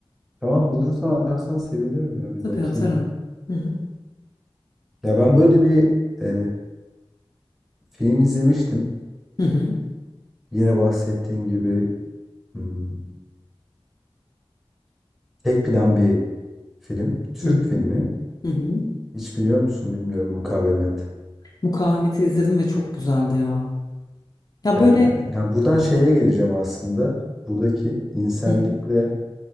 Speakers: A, in the centre; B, on the left (about 40°).
A: Tamam bulursan atarsan sevinirim ya bir
B: Tabii
A: bakayım.
B: atarım. Hı hı.
A: Ya ben böyle bir e, film izlemiştim.
B: Hı hı.
A: Yine bahsettiğin gibi hmm, tek plan bir film. Türk
B: Hı hı.
A: filmi.
B: Hı hı.
A: Hiç biliyor musun bilmiyorum Mukavemet.
B: Mukavemeti izledim ve çok güzeldi ya. Ya
A: Ee,
B: böyle
A: yani buradan şeye geleceğim aslında. Buradaki insellikle
B: Hı.